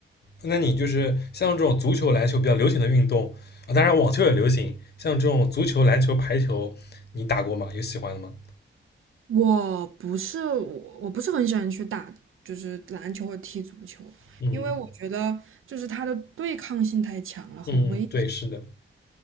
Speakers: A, on the left; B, on the right.
A: 那你就是像这种足球、篮球比较流行的运动啊，当然网球也流行，像这种足球、篮球、排球，你打过吗？有喜欢的吗？
B: 我不是我，我不是很喜欢去打，就是篮球或踢足球，
A: 嗯
B: 因为我觉得就是它的对抗性太强了，很危险。
A: 嗯，对，是的。